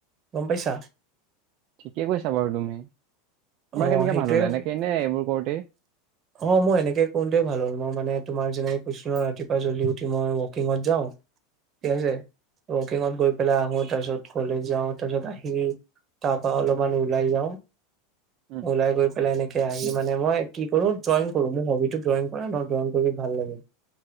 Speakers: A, on the right (about 30°); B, on the right (about 50°).
A: গম পাইছা।
B: ঠিকেই কৈছা বাৰু তুমি। তোমাৰ
A: অ
B: কেনেকে
A: সেইটোয়ে
B: ভাল হ'লে এনেকেই নে এইবোৰ কৰোঁতেই?
A: অ' মৰ এনেকে কৰোতেই ভাল হ'ল মই মানে তোমাৰ যেনেকৈ কৈছিলো ন ৰাতিপুৱ জল্দি উঠি মই ৱকিঙত যাও।
B: <inaudible>
A: কছে <unintelligible> ৱকিঙত গৈ পেলাই আহো, তাৰ পিছত কলেজ যাওঁ তাৰপিছত আহি তাৰ পৰা অলপমান ওলাই যাওঁ।
B: উম।
A: ওলাই গৈ পেলাই এনেকে আহি মানে মই কি কৰো ড্ৰং কৰো, মোৰ হবিটো ড্ৰইং কৰা ন, ড্ৰইং কৰি ভাল লাগে।